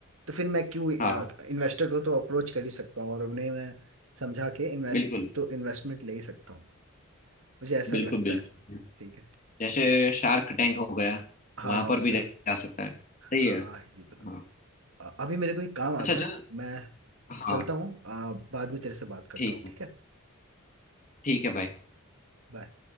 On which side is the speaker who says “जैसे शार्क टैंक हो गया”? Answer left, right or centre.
Left